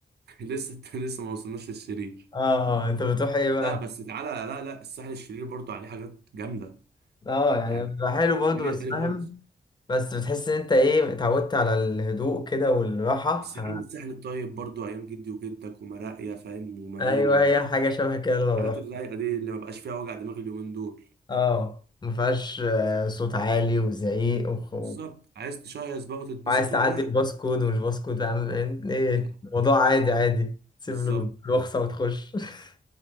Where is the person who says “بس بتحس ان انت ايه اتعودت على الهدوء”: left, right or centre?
Left